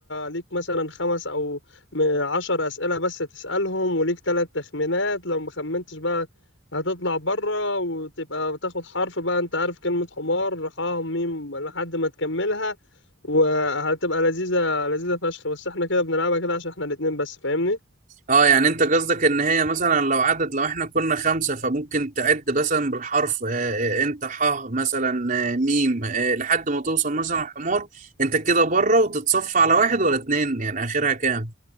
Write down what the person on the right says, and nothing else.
اه يعني انت قصدك ان هي مثلا لو عدد لو احنا كنا خمسة فممكن تعد مثلا بالحرف آه آه، انت ح مثلا آه ميم آه لحد ما توصل مثلا حمار انت كده بره وتتصفى على واحد ولا اتنين يعني اخرها كام